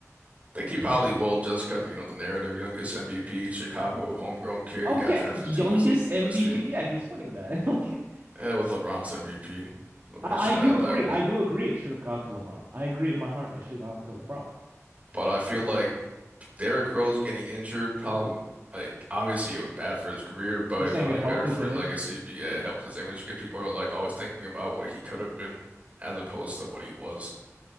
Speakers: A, on the right; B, on the right.
A: I think he probably will just because you know the narrative youngest MVP, Chicago homegrown kid.
B: Oh
A: He got
B: yeah,
A: drafted
B: youngest
A: to his to
B: MVP.
A: his team.
B: Yeah, he's winning that. <laughs> Like,
A: Yeah, It was LeBron's MVP. LeBron
B: I,
A: should
B: I do
A: have had
B: agree.
A: that one.
B: I do agree. It should have gone to LeBron. I agree in my heart. It should have gone to LeBron.
A: But I feel like Derrick Rose getting injured probably like obviously it was bad for his career, but
B: You're
A: it
B: saying
A: was probably
B: it helped
A: better
B: his
A: for
B: image?
A: his legacy. But yeah, it helps his image. 'cause people are like always thinking about what he could have been as opposed to what he was.